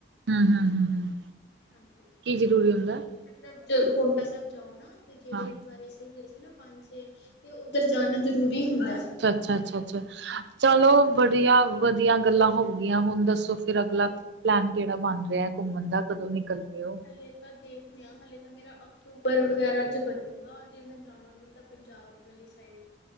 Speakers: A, on the right (about 75°); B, on the left (about 75°).
A: ਹਮ-ਹਮ-ਹਮ-ਹਮ,
B: ਹਾਂਜੀ
A: ਕੀ ਜਰੂਰੀ ਹੁੰਦਾ।
B: ਮਤਲਬ, ਜਦੋਂ ਪਾਉਂਟਾ ਸਾਹਿਬ ਜਾਓ ਨਾ ਤੇ ਜਿਹੜੇ
A: ਹਾਂ।
B: ਗੁਰਦੁਆਰੇ ਅਸੀ ਗਏ ਸੀ ਨਾ, ਪੰਜ ਛੇ ਉੱਧਰ ਜਾਣਾ ਜਰੂਰੀ ਹੁੰਦਾ।
A: ਅੱਛਾ-ਅੱਛਾ-ਅੱਛਾ ਚਲੋ ਬੜੀਆ ਵਧੀਆ ਗੱਲਾਂ ਹੋਗੀਆਂ, ਹੁਣ ਦੱਸੋ ਫਿਰ ਅਗਲਾ ਪਲੈਨ ਕਿਹੜਾ ਬਣ ਰਿਹਾ ਘੁੰਮਣ ਦਾ, ਕਦੋਂ ਨਿਕਲ ਰਹੇ ਹੋ।
B: ਹਲੇੇ ਤਾਂ ਦੇਖਦੇ ਹਾਂ, ਹਲੇੇ ਤਾਂ ਮੇਰਾ ਅਕਤੂਬਰ ਵਗੈਰਾ ਚ ਬਣੂਗਾ ਜੇ ਮੈਂ ਜਾਵਾਂਗੀ। ਪੰਜਾਬ ਵਾਲੀ ਸਾਈਡ